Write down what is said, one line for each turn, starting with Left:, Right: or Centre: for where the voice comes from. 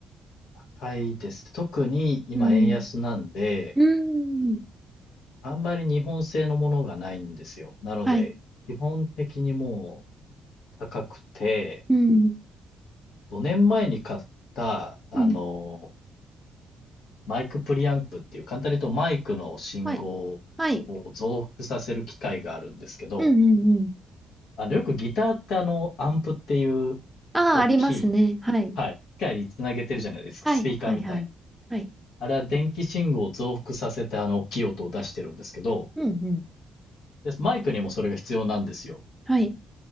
Left: 高いです。特に今円安なんで、
Centre: うん。うん。
Left: あんまり日本製のものがないんですよ。なので、
Centre: はい。
Left: 基本的にもう高くて、
Centre: うん。
Left: 5年前に買った、あの、
Centre: うん。
Left: マイクプリアンプっていう、簡単に言うとマイクの信号を増幅させる機械があるんですけど、
Centre: はい。はい。うんうんうん。
Left: あの、よくギターってあの、アンプっていう
Centre: ああ、
Left: 大きい、
Centre: ありますね。はい。
Left: はい、機械につなげてるじゃないですか、
Centre: はい、
Left: スピーカーみたいな。
Centre: はい、はい。はい。
Left: あれは電気信号を増幅させてあの、大きい音を出してるんですけど、
Centre: うん、うん。
Left: でマイクにもそれが必要なんですよ。
Centre: はい、